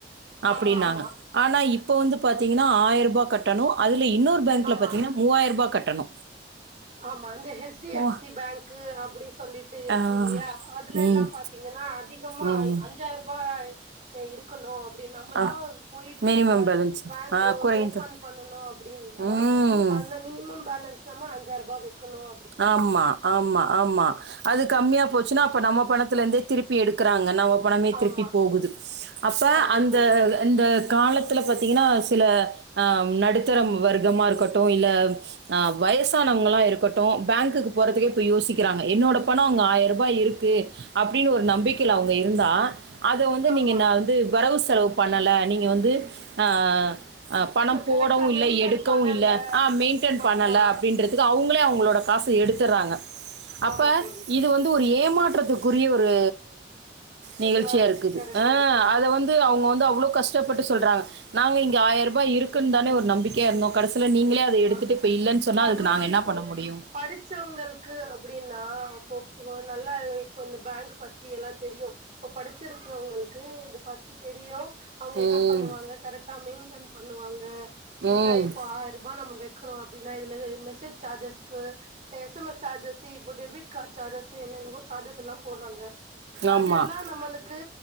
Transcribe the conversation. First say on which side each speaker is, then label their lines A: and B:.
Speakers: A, on the right (about 70°); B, on the right (about 40°).
A: அப்டின்னாங்க
B: ஆமா ஆமா
A: ஆனா இப்ப வந்து பாத்தீங்ன்னா ஆயிர் ரூபா கட்டணு அதுல இன்னொரு பேங்க்ல
B: ஆமா
A: பாத்தீங்ன்னா மூவாயிர் ரூபா கட்டணு
B: ஆமா இந்த ஹச்டி
A: ஓ
B: எஃப்சி பேங்க்கு அப்டி சொல்லிட்டு இருக்கு
A: ஆ
B: இல்யா அதுல
A: ம்
B: எல்லாம் பாத்தீங்கன்னா அதிகமா
A: ம்
B: அஞ்சாயிரூபா இருக்கணும் அப்டி நம்மளா
A: ஆ
B: போயிட்டு
A: மினிமம்
B: இந்த
A: பேலன்ஸ்
B: பேங்க்ஓ
A: ஆ குறைந்த
B: ஓபன் பண்ணனும் அப்டின்னா
A: ம்
B: அதுல மினிமம் பேலன்ஸ் மா அஞ்ஜாயிரூபா வக்கணும்
A: ஆமா ஆமா ஆமா அது கம்மியா போச்சுன்னா அப்ப நம்ம பணத்த இதுலந்தே திருப்பி எடுக்கறாங்க நம்ம பனமே
B: ஆமா
A: திருப்பி போகுது அப்ப
B: ஆமா
A: அந்த
B: தோழி
A: இந்த காலத்துல பாத்தீங்கன்னா சில அ நடுத்தர வர்க்கமா இருக்கட்டும் இல்ல ஆ வயசானவங்களாம் இருக்க டோ பேங்குக்கு போறதுக்கே இப்போ யோசிக்கிறாங்க என்னோட பணோ அங்க ஆயிர்ரூபா இருக்கு அப்டினு ஒரு நம்பிக்கைல அவுங்க இருந்தா அது வந்து
B: ஆமா
A: நீங்க நா வந்து வரவு செலவு பண்ணல நீங்க வந்து ஆ அ பணம் போடவு
B: கரெக்டா
A: இல்ல
B: மெயின்டென்
A: எடுக்கவு
B: பண்ணல
A: இல்ல ஆ மெயின்டென்
B: ஆமா
A: பண்ணல அப்டின்ற துக்கு அவுங்களே அவங்களோட காசு எடுத்துறாங்க அப்ப
B: ஆமா தோழி
A: இது வந் து ஒரு ஏமாற்றத்துக்குரிய ஒரு நிகழ்ச்சியா
B: இதுவா இருக்கு
A: இருக்குது
B: கரெக்டா
A: அ
B: இருக்கு
A: அத வந் து அவுங்க வந்து அவ்ளோ கஷ்டப்பட்டு சொல்றாங்க நாங்க இங்க ஆயிரூபா இருக்குன் தானே ஒரு நம்பிக்கையா இருந்தோ கடசில நீங்களே ப்ப எடுத்துட்டு
B: மா
A: இப்ப இல்லன் சொன்னா
B: அதுவு
A: அதுக்கு நாங்க என்ன
B: இப்போ
A: பண்ண முடியு
B: படிச்சவங்களுக்கு அப்டின்னா அப்போ நல்லா இப்போ இந்த பேங்க் பத்தி எல்லா தெரியு இப்ப படிச்சுருக்கறவொங்களுக்கு இத பத்தி தெரியு அவுங்க
A: ம்
B: என்ன பண்ணுவாங்க கரெக்டா மெயின்டன் பண்ணுவாங்க இல்ல
A: ம்
B: இப்ப ஆயிரபா நம்ம வக்றோ அப்டினா இதுல இது மெசெஜ் சார்ஜஸ்கு எஸ் எம் எஸ் சார்ஜஸ் இப்ப டெபிட் கட் சார்ஜஸ் என்னென்னவோ சார்ஜஸெல்லா போடுறாங்க அது
A: ஆமாம்
B: எல்லா நம்மளுக்கு